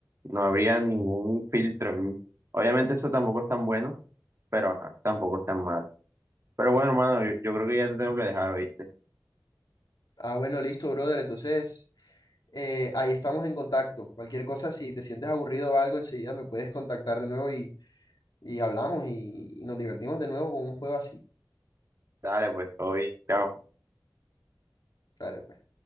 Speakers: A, on the right; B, on the left.
A: no habría ningún filtro en mí. Obviamente eso tampoco es tan bueno, pero ajá, tampoco es tan mal. Pero bueno, hermano, yo, yo creo que ya te tengo que dejar, ¿oíste?
B: Ah, bueno, listo, brother. Entonces, eh, ahí estamos en contacto. Cualquier cosa, si te sientes aburrido o algo, enseguida me puedes contactar de nuevo y, y hablamos y, y nos divertimos de nuevo con un juego así.
A: Dale, pues todo bien, chao.
B: Dale, pues.